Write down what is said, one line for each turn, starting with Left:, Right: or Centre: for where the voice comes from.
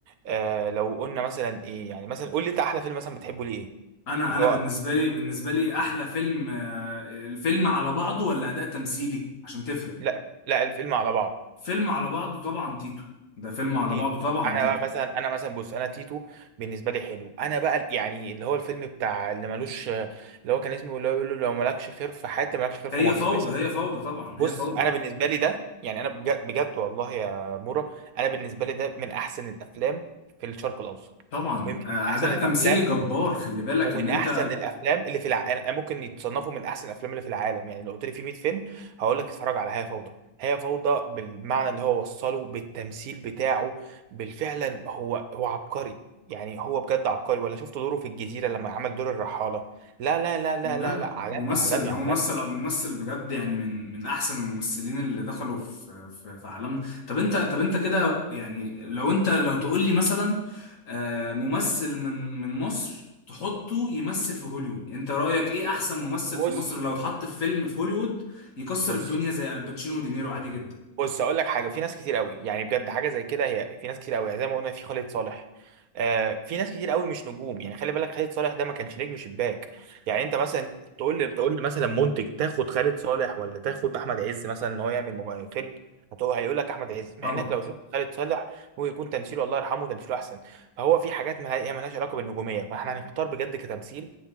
Right: آه لو قلنا مثلا ايه يعني مثلا قول لي انت احلى فيلم مثلا بتحبه ليه ايه
Left: انا
Right: اللي
Left: انا
Right: هو
Left: بالنسبة لي بالنسبة لي احلى فيلم آه، الفيلم على بعضه ولا اداء تمثيلي عشان تفرق
Right: لا لا الفيلم على بعضه
Left: فيلم على بعضه طبعا تيتو ده فيلم على
Right: تيتو
Left: بعضه طبعا
Right: انا
Left: تيتو
Right: بقى مثلا انا مثلا بص انا تيتو بالنسبه لي حلو انا بقى ال- يعني اللي هو الفيلم بتاع اللي ملوش اللي هو كان اسمه اللي هو بيقول له لو مالكش خير في حياتي مالكش خير في
Left: هي
Right: مصر
Left: فوضى
Right: اسم
Left: هي فوضى طبعا
Right: بص
Left: هي فوضى
Right: انا بالنسبه لي ده يعني انا بجد, بجد والله يا مورا انا بالنسبه لي ده من احسن الافلام في الشرق الاوسط
Left: طبعا
Right: ويمكن
Left: آه،
Right: من احسن
Left: اداء تمثيلي
Right: الافلام
Left: جبار خلي بالك
Right: ومن
Left: ان انت
Right: احسن الافلام اللي في الع... أنا- ممكن يتصنفوا من احسن الافلام اللي في العالم يعني لو قلت لي في 100 فيلم هقول لك اتفرج على هي فوضى هي فوضى بالمعنى اللي هو وصله بالتمثيل بتاعه بالفعلا هو هو عبقري يعني هو بجد عبقري ولا شفت دوره في الجزيرة لما عمل دور الرحالة لا لا لا لا
Left: لا
Right: لا
Left: لا
Right: لا عالمي
Left: ممثل
Right: عالمي
Left: هو
Right: عالمي
Left: ممثل ممثل بجد يعني من من احسن الممثلين اللي دخلوا في في, في عالمنا طب انت طب انت كده يعني لو انت لو تقول لي مثلا آه، ممثل من من مصر تحطه يمثل في هوليوود انت رأيك ايه احسن ممثل
Right: بص
Left: في مصر لو اتحط في فيلم في هوليوود يكسر
Right: بص
Left: الدنيا زي الباتشينو ودينيرو عادي جدا
Right: بص اقول لك حاجه في ناس كتير قوي يعني بجد حاجه زي كده هي في ناس كتير قوي يعني زي ما قلنا في خالد صالح آه في ناس كتير قوي مش نجوم يعني خلي بالك خالد صالح ده ما كانش نجم شباك يعني انت مثلا تقول لي تقول لي مثلا منتج تاخد خالد صالح ولا تاخد احمد عز مثلا ان هو يعمل مم- فيلم هتقول هيقول لك احمد عز مع
Left: طبعا
Right: انك لو شفت خالد صالح هو يكون تمثيله الله يرحمه تمثيله احسن فهو في حاجات ما هي مالهاش علاقه بالنجوميه فاحنا هنختار بجد كتمثيل